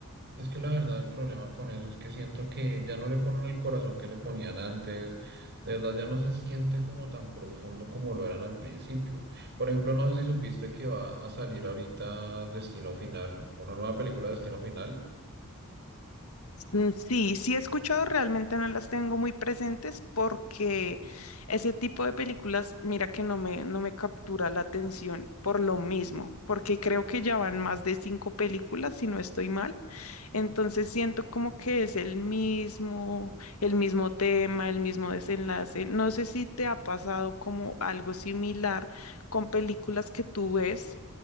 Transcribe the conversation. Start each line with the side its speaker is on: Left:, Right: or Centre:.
Right: Es que la verdad el problema con eso es que siento que ya no le ponen el corazón que le ponían antes, de verdad ya no se siente como tan profundo como lo eran al principio. Por ejemplo, no sé si supiste que va a salir ahorita Destino Final, una nueva película de Destino Final.
Left: Mm, Sí, sí he escuchado, realmente no las tengo muy presentes porque ese tipo de películas, mira que no me, no me captura la atención por lo mismo, porque creo que ya van más de cinco películas, si no estoy mal. Entonces siento como que es el mismo, el mismo tema, el mismo desenlace. No sé si te ha pasado como algo similar con películas que tú ves.